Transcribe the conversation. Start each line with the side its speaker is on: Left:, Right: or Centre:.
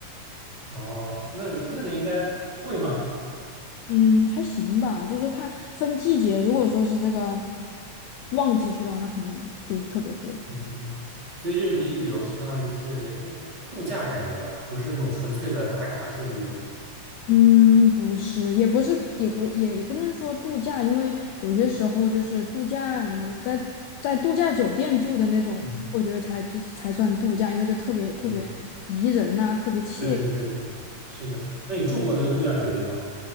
Right: 哦，那个那个应该贵吗？
Left: 嗯，还行吧，就是看分季节，如果说是这个旺季去的话，那肯定就特别贵。
Right: 嗯嗯，所以就是你旅游相当于是也是度假感觉了，不是那种纯粹的打卡式的旅游。
Left: 嗯，不是，也不是，也不也也不能说度假，因为有些时候就是度假，嗯在在度假酒店住的那种，
Right: 嗯
Left: 我觉得才就是才算度假，因为就特别特别宜人呐、
Right: 嗯，
Left: 特别惬意。
Right: 对对对对，是的。那你住过那个度假酒店吗？